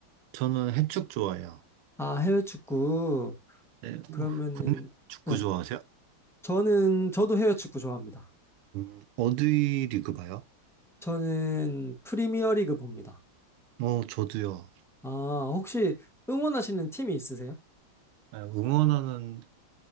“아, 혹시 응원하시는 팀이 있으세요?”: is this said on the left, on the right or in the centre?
Centre